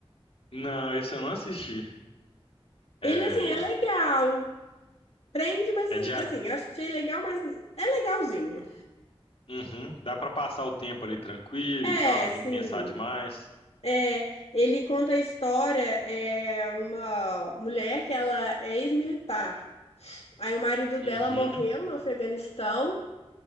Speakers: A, on the left; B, on the left.
A: Não, esse eu não assisti. É,
B: Ele assim é legal, prende, mas
A: é de,
B: assim, eu achei legal, mas é legalzinho.
A: Uhum. Dá pra passar o tempo ali tranquilo
B: É,
A: e tal, não tem
B: sim.
A: que pensar demais.
B: É, ele conta a história, é uma mulher que ela é ex-militar. Aí o marido dela
A: Uhum.
B: morreu no Afeganistão.